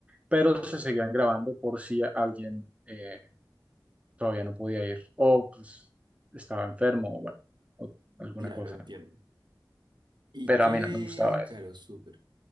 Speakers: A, on the right; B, on the right.
A: pero se seguían grabando por si alguien eh, todavía no podía ir o pues, estaba enfermo o bueno, o alguna
B: Claro,
A: cosa.
B: entiendo. ¿Y
A: Pero
B: qué?
A: a mí no me gustaba eso.
B: Claro, súper.